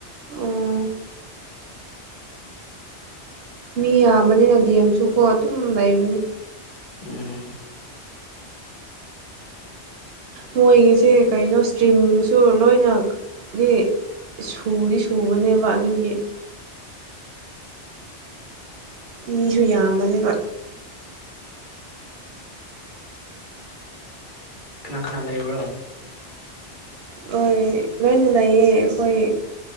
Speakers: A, on the right (about 65°); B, on the left (about 45°).
A: ꯑꯣ ꯃꯤ ꯌꯥꯝꯕꯅꯤꯅꯗꯤꯦꯝꯁꯨꯀꯣ ꯑꯗꯨꯝ ꯂꯩꯕꯅꯤ
B: ꯎꯝ
A: ꯃꯣꯏꯒꯤꯁꯦ ꯀꯩꯅꯣ ꯏꯁꯇ꯭ꯔꯤꯝꯁꯨ ꯂꯣꯏꯅꯗꯤ ꯁꯨꯗꯤ ꯁꯨꯕꯅꯦꯕ ꯑꯗꯨꯒꯤ ꯃꯤꯁꯨ ꯌꯥꯝꯃꯅꯦꯕ
B: ꯀꯅꯥ ꯀꯅꯥ ꯂꯩꯕ꯭ꯔꯣ
A: ꯂꯣꯏ ꯂꯣꯏꯅ ꯂꯩꯌꯦ ꯑꯩꯈꯣꯏ